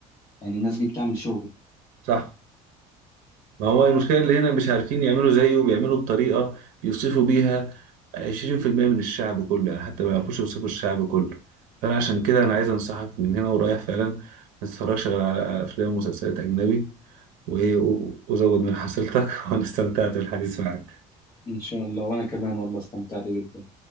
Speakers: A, on the left; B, on the right.
A: يعني الناس دي بتعمل شغل
B: صح ما هو المشكلة اللي هنا مش عارفين يعملوا زيه بيعملوا بطريقة بيوصفوا بيها 20% من الشعب كله يعني حتى ما يعرفوش يوصفوا الشعب كله فأنا عشان كده أنا عايز أنصحك من هنا ورايح فعلا ما تتفرجش غير على على أفلام ومسلسلات أجنبي وإيه و- وزود من حصيلتك <laughs> وأنا استمتعت بالحديث معك
A: إن شاء الله وأنا كمان والله استمتعت جدا